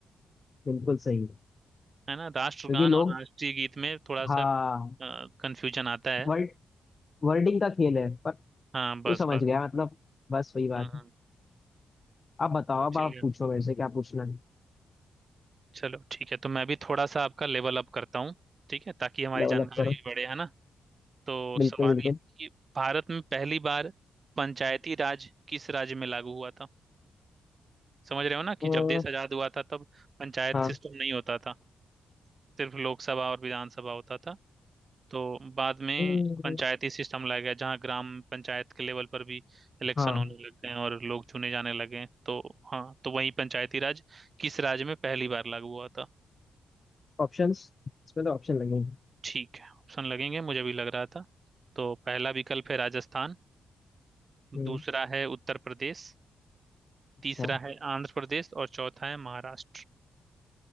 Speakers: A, on the left (about 35°); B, on the right (about 40°).
A: बिल्कुल सही है
B: है ना राष्ट्रगान
A: क्योंकि लोग
B: और राष्ट्रीय गीत में थोड़ा
A: हाँ
B: सा कंफ्यूजन आता है
A: वर्ड वर्डिंग का खेल है पर
B: हाँ
A: तू
B: बस
A: समझ
B: बस
A: गया मतलब बस वही बात
B: हाँ हाँ,
A: है अब बताओ अब
B: ठीक
A: आप
B: है
A: पूछो मेरे से क्या पूछना है
B: चलो ठीक है तो मैं भी थोड़ा सा आपका लेवल अप करता हूँ ठीक है ताकि हमारी
A: लेवल
B: जानकारी
A: अप करो
B: भी बढ़े है ना तो
A: बिल्कुल
B: सवाल
A: बिल्कुल
B: ये है कि भारत में पहली बार पंचायती राज किस राज्य में लागू हुआ था समझ रहे हो ना कि
A: अ,
B: जब देश आजाद हुआ था तब पंचायत
A: हाँ
B: सिस्टम नहीं होता था सिर्फ लोकसभा और विधानसभा होता था तो बाद में
A: हम्म,
B: पंचायती सिस्टम लाया गया जहाँ ग्राम पंचायत के लेवल पर भी इलेक्शन
A: हाँ
B: होने लग गए हैं और लोग चुने जाने लगे हैं। तो हाँ तो वही पंचायती राज किस राज्य में पहली बार लागू हुआ था
A: ऑप्शंस इसमें तो ऑप्शन लगेंगे
B: ठीक है ऑप्शन लगेंगे मुझे भी लग रहा था तो पहला विकल्प है राजस्थान
A: हम्म,
B: दूसरा है उत्तर प्रदेश
A: अच्छा
B: तीसरा है आंध्र प्रदेश और चौथा है महाराष्ट्र